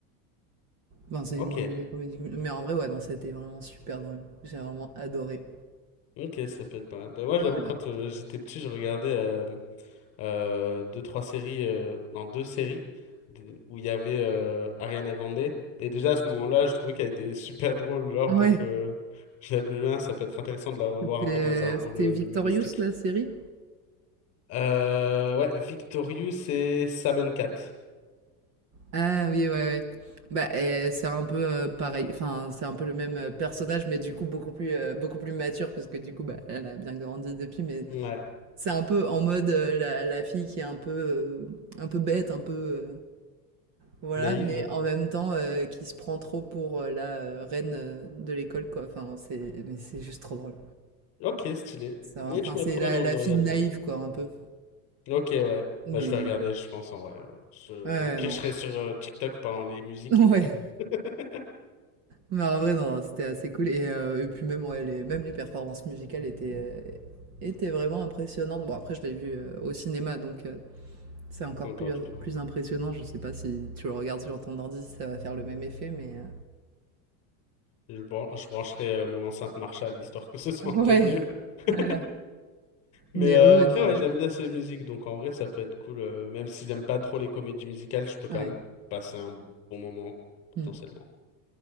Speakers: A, on the right; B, on the left.
A: enfin, c'est
B: Ok,
A: une euh, comédie, mu- mais en vrai, ouais, non, c'était vraiment super drôle. J'ai vraiment adoré.
B: ok, ça peut être pas mal. Bah, moi, j'avoue,
A: Voilà.
B: quand euh, j'étais petit, je regardais. euh, deux, trois séries, euh, non, deux séries d- où il y avait euh, Ariana Grande. Et déjà à ce moment-là, je trouvais qu'elle était super drôle, genre,
A: Ouais,
B: donc euh, <laughs> j'aime bien, ça peut être intéressant de la revoir
A: c'était
B: un peu dans un rôle
A: euh, c'était
B: euh,
A: Victorious
B: humoristique.
A: la série.
B: Euh, ouais, Victorious et Sam Cat.
A: Ah oui, ouais, ouais. Bah, euh, c'est un peu euh, pareil, enfin, c'est un peu le même euh, personnage, mais du coup, beaucoup plus, euh, beaucoup plus mature, parce que du coup, bah, elle a bien grandi depuis, mais
B: Ouais,
A: c'est un peu en mode euh, la, la fille qui est un peu, euh, un peu bête, un peu. euh, voilà,
B: naïve.
A: mais en même temps, euh, qui se prend trop pour euh, la euh, reine euh, de l'école, quoi. Enfin, c'est, mais c'est juste trop drôle.
B: Ok, stylé.
A: C'est un-
B: Mais
A: Enfin,
B: tu m'as
A: c'est
B: trop
A: la,
B: donné envie
A: la
B: de regarder
A: fille naïve,
B: maintenant.
A: quoi, un peu.
B: Ok, ouais.
A: Mais.
B: Bah, je vais regarder, je pense, en vrai. ouais. Je-
A: Ouais,
B: Au pire,
A: non.
B: je serai sur euh, TikTok pendant les musiques,
A: <laughs> Ouais.
B: mais <laughs>
A: Mais en vrai, non, c'était assez cool. Et, euh, et puis même, ouais, les, même les performances musicales étaient, euh, étaient vraiment impressionnantes. Bon, après, je l'ai vu euh, au cinéma, donc euh, c'est encore
B: c'est encore
A: plus,
B: du peu.
A: plus impressionnant. Je sais pas si tu le regardes sur ton ordi, si ça va faire le même effet, mais... euh,
B: Je, bran- je brancherai euh, mon enceinte Marshall, histoire que ce <laughs> soit
A: <laughs> Ouais,
B: un peu mieux. <laughs>
A: voilà.
B: Mais
A: Mais
B: euh,
A: ouais, ouais,
B: après,
A: non.
B: ouais,
A: euh,
B: j'aime bien ces musiques, donc en vrai, ça peut être cool. euh, même si j'aime pas trop les comédies musicales, je peux quand
A: Ouais.
B: même passer un bon moment, potentiellement.
A: Mm.